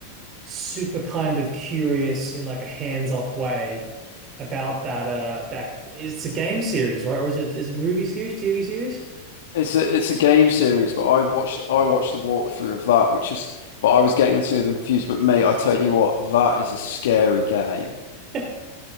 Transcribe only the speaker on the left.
It's a it's a game series, but I watched I watched the walkthrough of that, which is but I was getting the two of them confused. But mate, I tell you what, that is a scary game.